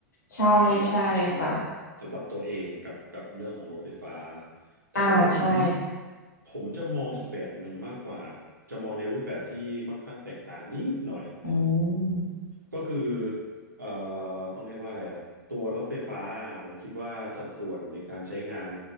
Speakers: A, on the left; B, on the right.
A: ใช่ใช่ค่ะ
B: สำหรับสำหรับสำหรับตัวเองกับกับเรื่องของรถไฟฟ้าแต่ของผม
A: อ่าใช่
B: ผมจะมองอีกแบบหนึ่งมากกว่าจะมองในรูปแบบที่ค่อนข้างแตกต่างนิดหน่อย
A: อืม
B: ก็คือเอ่อต้องเรียกว่าอะไรอ่ะตัวรถไฟฟ้าผมคิดว่าสัดส่วนในการใช้งาน